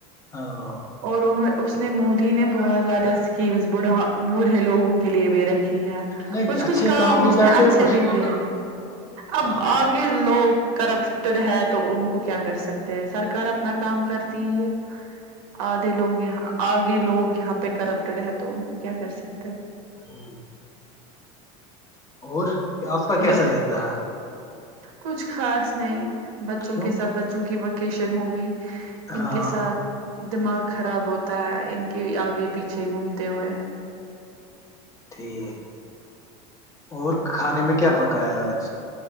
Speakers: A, on the left; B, on the right.
A: ہاں
B: اور انہ اس نے مودی نے بہت زیادہ اسکیم بڑھا بوڑھے لوگوں کے لیے بھی رکھے ہے
A: نہیں
B: کچھ
A: اچھے
B: کچھ کام
A: بھی
B: اس
A: کرتے
B: نے اچھے
A: ہیں بٹ
B: بھی کیے اب
A: ہاں
B: آگے یہ لوگ کرپٹڈ ہے تو ان کو کیا کر سکتے ہیں سرکار اپنا کام کرتی ہی ہے آدھے لوگ یہاں آگے لوگ یہاں پہ کرپٹڈ ہے تو ان کو کیا کر سکتے
A: ہوں اور آپ کا کیسا
B: ب
A: دن رہا
B: کچھ خاص نہیں بچوں
A: کیوں
B: کے ساتھ بچوں کی وکیشن ہو گئی ان
A: ہاں
B: کے ساتھ دماغ خراب ہوتا ہے ان کے آگے پیچھے گھومتے ہوئے
A: ٹھیک اور کھانے میں کیا پکایا آج